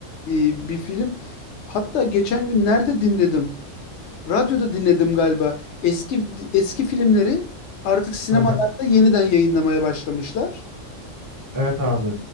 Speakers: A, on the left; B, on the right.
A: e, bir film. Hatta geçen gün nerede dinledim? Radyoda dinledim galiba. Eski eski filmleri artık sinemalarda
B: <laughs>
A: yeniden yayınlamaya başlamışlar.
B: Evet abi.